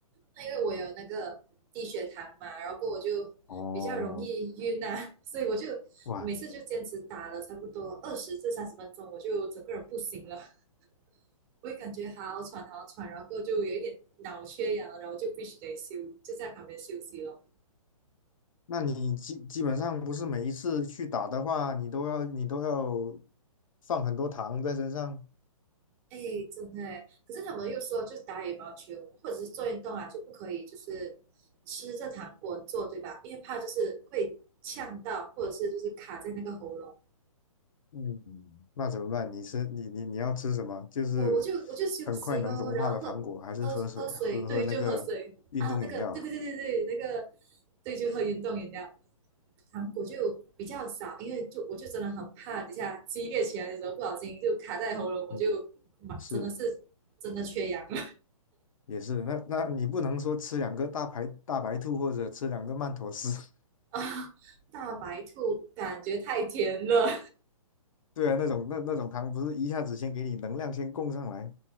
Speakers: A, on the right; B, on the left.
A: 那因为我有那个低血糖嘛，然后我就比较容易晕啊，
B: 哦，
A: <laughs> 所以我就
B: 哇，
A: 我每次就坚持打了差不多二十至三十分钟，我就整个人不行了，<laughs> 我也感觉好喘好喘，然后就有一点脑缺氧，然后就必须得休，就在旁边休息咯。
B: 那你基基本上不是每一次去打的话，你都要你都要放很多糖在身上，
A: 哎，真的诶，可是他们又说，就是打羽毛球或者是做运动啊，就不可以就是吃着糖果做，对吧？因为怕就是会呛到，或者是就是卡在那个喉咙。
B: 嗯，那怎么办？你是你你你要吃什么？就是
A: 我我就我就休息咯，
B: 很快能融化的糖果，
A: 然后喝喝喝水，
B: 还是喝水，喝喝那个运动饮料啊？
A: 对，就喝水啊，那个对对对对对，那个对，就喝运动饮料。糖果就比较少，因为就我就真的很怕，等下激烈起来的时候不小心就卡在喉咙，我就妈真的是真的缺氧了
B: 嗯是。也是，那那你不能说吃两个大白大白兔或者吃两个曼妥思，
A: <laughs> 啊！大白兔感觉太甜了
B: <laughs> 对啊，那种那那种糖不是一下子先给你能量先供上来，